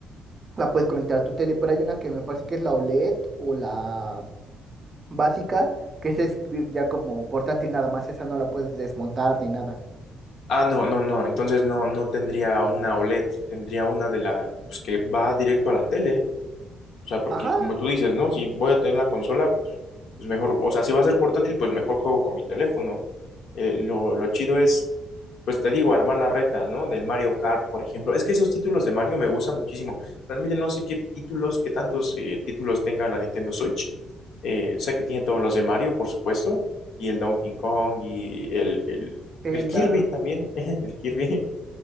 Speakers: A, on the right; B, on the left.
A: la puedes conectar a tu tele, pero hay una que me parece que es la OLED o la básica, que esa es ya como portátil nada más, esa no la puedes desmontar ni nada.
B: Ah, no, no, no. Entonces no, no tendría una OLED, tendría una de la, pues que va directo a la tele. O sea, porque
A: Ajá,
B: como tú dices, ¿no? Si voy a tener la consola, pues pues mejor, o sea, si va a ser portátil, pues mejor juego con mi teléfono. Eh, lo, lo chido es, pues te digo, armar la reta, ¿no? Del Mario Kart, por ejemplo. Es que esos títulos de Mario me gustan muchísimo. Realmente no sé qué títulos, qué tantos eh, títulos tenga la Nintendo Switch. Eh, sé que tiene todos los de Mario, por supuesto, y el Donkey Kong y el, el,
A: Zelda.
B: el Kirby también. <laughs> El Kirby.